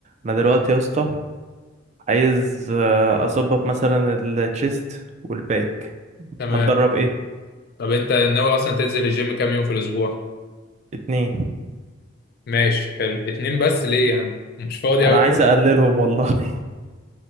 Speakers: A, on the right (about 35°); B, on the left (about 50°).
A: انا دلوقتي يا اسطى عايز آه، اظبط مثلا التشيست والباك
B: تمام
A: هتدرب ايه
B: طب انت ناوي اصلا تنزل الجيم كام يوم في الاسبوع
A: اتنين
B: ماشي حلو اتنين بس ليه يا عم مش فاضي قوي
A: انا
B: كده
A: عايز اقللهم والله <laughs>